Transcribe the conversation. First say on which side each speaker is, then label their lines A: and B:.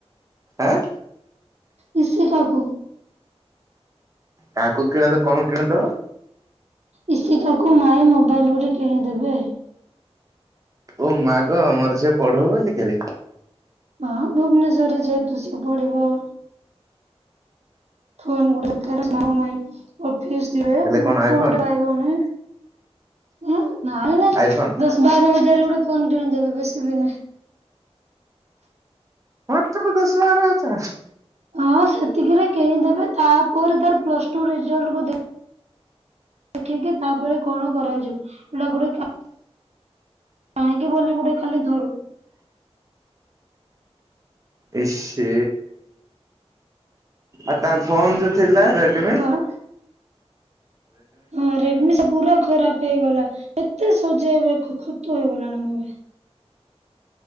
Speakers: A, on the right; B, on the right.
A: ଆଁ।
B: ରସିକାକୁ।
A: କାହାକୁ କିଣ ତ କଣ କିଣଦବ?
B: ଇସିକାକୁ ନୂଆ ମୋବାଇଲ ଗୋଟେ କିଣିଦେବେ।
A: ଓ ମାଗ ଆମର ଝିଅ ପଢ଼ୁ ବୋଲିିକିରି।
B: ହଁ ଭୁବନେଶ୍ଵରରେ ଯେହେତୁ ସିଏ ପଡିବ। ଫୋନ ଗୋଟେ ଦରକାର ମାମୁଁ ମାଇଁ। ଅଫିସ୍ ଯିବେ
A: ହେଲେ
B: ମୁଁ
A: କଣ
B: ଫୋନ୍
A: ଆଇଫୋନ
B: ଟେ ରହିବନି ଉଁ ନାଇଁ
A: ଆଇଫୋନ
B: ବସ ବାର ହଜାର ଗୋଟେ ଫୋନ୍ କିଣିଦବେ ବେଶୀ ବି ନାଇଁ।
A: ମାତ୍ର ଦଶ, ବାର ହଜାର।
B: ହଁ ସେତିକିରେ କିଣିଦେବେ ତାପରେ ତାର ପ୍ଲସ୍ ଟୁ ରେଜଲ୍ଟ୍ କୁ ଦେଖ୍ ଦେଖିକି ତାପରେ କଣ କରାଯିବ ଏଇଟା ଗୋଟେ କ୍ୟା କାହିଁକି ବୋଲି ଗୋଟେ ଖାଲି ଧରୁ
A: ଇ-ସି ଆଉ ତାର ଫୋନ୍ ଯଉ ଥିଲା? ରେଡ୍ମି।
B: କଣ ହଁ ରେଡ୍ମି ସେ ପୁରା ଖରାପ୍ ହେଇଗଲା କେତେ ସଜେଇବେ ଖ- ଖତ ହେଇଗଲାଣି <unintelligible>